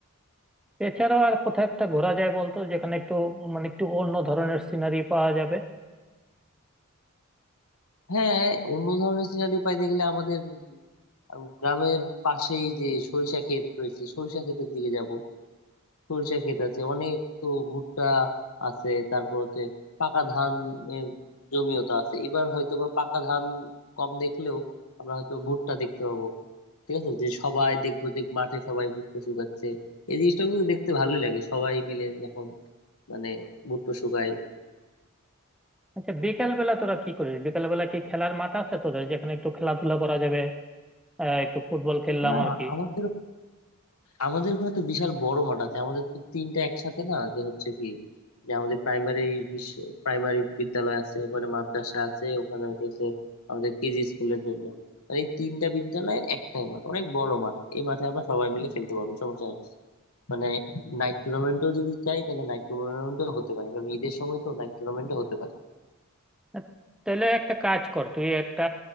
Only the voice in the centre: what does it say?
এছাড়াও আর কোথাও একটা ঘোরা যায় বলতো যেখানে একটু মানে একটু অন্য ধরনের সিনারি পাওয়া যাবে
আচ্ছা বিকেল বেলা তোরা কি করিস বিকেল বেলা কি খেলার মাঠ আছে তোদের যেখানে একটু খেলাধুলা করা যাবে আহ, একটু ফুটবল খেললাম
আর কি
আহ, তাহলে একটা কাজ কর তুই একটা